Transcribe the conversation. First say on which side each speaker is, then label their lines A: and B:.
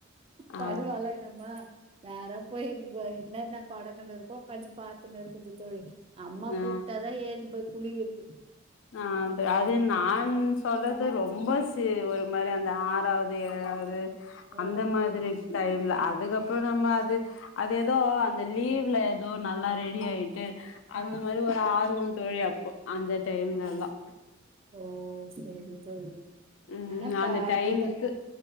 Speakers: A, on the right (about 25°); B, on the left (about 70°).
A: பல்வெலக்குனமா
B: ஆ
A: நேரா போயி என்னன படக்கன்டு இருக்கோ கொஞ்ச பாத்துன்னு இருக்குது தோழி அம்மா
B: ஆ
A: கூப்பிட்டாதா ஏந்து போய் குழி இருக்கு
B: ஆ அது அது நான் சொல்றது ரொம்ப சி ஒரு மாதிரி அந்த ஆறாவது ஏழாவது
A: ஓ
B: அந்த மாதிரி டைம்ல அதுக்கப்புற நம்ம அது அது ஏதோ அந்த லீவ்ல ஏதோ நல்லா ரெடி ஆயிட்டு
A: ஆ
B: அந்த மாரி ஒரு ஆர்வோ தோழி அப்போ அந்த டைம்லல்லா
A: ஆ ஓ சேரி தோழி
B: ம்
A: ஆனா இப்ப
B: அந்த
A: அப்டிதா
B: டைமுக்கு